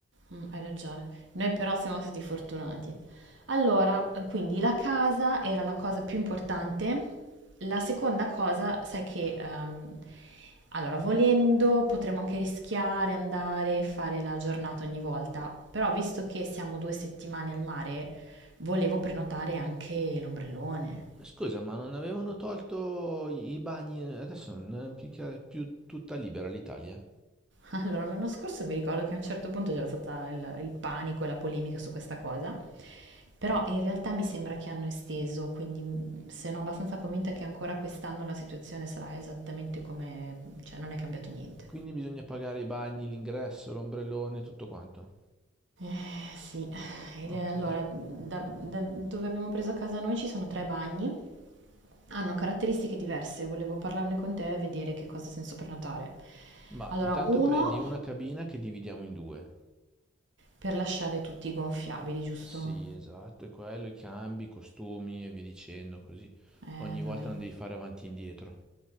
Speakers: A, on the right (about 65°); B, in the centre.
A: Mm, hai ragione. Noi però siamo stati fortunati. Allora, quindi la casa era la cosa più importante. La seconda cosa, sai che, ehm, allora, volendo potremmo anche rischiare andare a fare la giornata ogni volta, però visto che siamo due settimane al mare, volevo prenotare anche l'ombrellone.
B: Scusa, ma non avevano tolto i i bagni, adesso non è più, chiaro- più tutta libera l'Italia?
A: Allora, l'anno scorso mi ricordo che a un certo punto c'era stata il, il panico e la polemica su questa cosa, però in realtà mi sembra che hanno esteso, quindi mh, sono abbastanza convinta che ancora quest'anno la situazione sarà esattamente come, cioè non è cambiato niente.
B: Quindi bisogna pagare i bagni, l'ingresso, l'ombrellone, tutto quanto.
A: Eh, sì,
B: Ok,
A: il- allora, da, da dove abbiamo preso casa noi ci sono tre bagni, hanno caratteristiche diverse, volevo parlarne con te e vedere che cosa senso prenotare.
B: ma
A: Allora,
B: intanto
A: uno
B: prendi una cabina che dividiamo in due.
A: per lasciare tutti gonfiabili, giusto?
B: Sì, esatto, è quello, i cambi, i costumi e via dicendo, così
A: Eh,
B: ogni volta
A: dai.
B: non devi fare avanti e indietro.